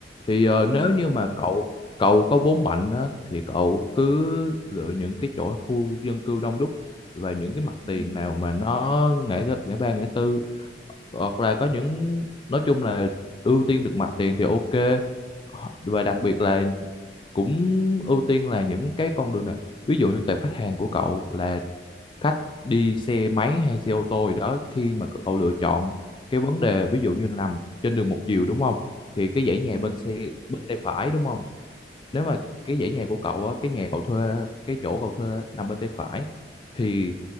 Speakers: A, on the left; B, on the right.
A: thì ờ,
B: Ừ.
A: nếu như mà cậu cậu có vốn mạnh á, thì cậu cứ lựa những cái chỗ khu dân cư đông đúc và những cái mặt
B: Ừ.
A: tiền nào mà nó ngã gấp ngã ba ngã tư hoặc là có những nói chung là ưu tiên được mặt tiền thì ok và đặc biệt là cũng ưu tiên là những cái con đường này ví dụ như tệp khách hàng của cậu là khách đi xe máy hay xe ô tô gì đó khi mà cậu lựa chọn
B: Ừ.
A: cái vấn đề ví dụ như là nằm trên đường một chiều đúng không thì cái dãy nhà
B: Ừ.
A: bên xe bên tay phải đúng không nếu mà cái dãy nhà của cậu á, cái nhà cậu thuê cái chỗ cậu thuê nằm bên tay phải thì